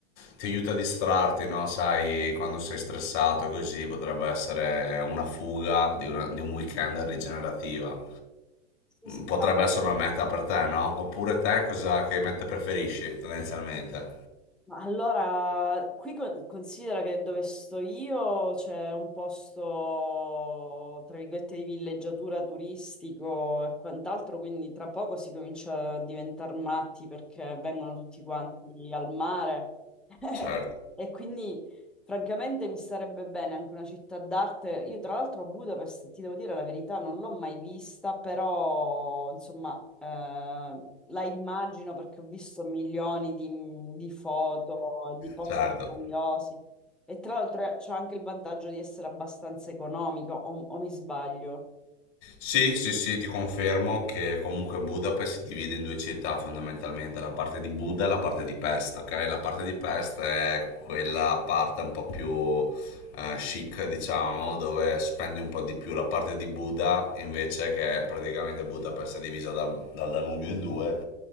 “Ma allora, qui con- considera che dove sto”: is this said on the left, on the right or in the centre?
Centre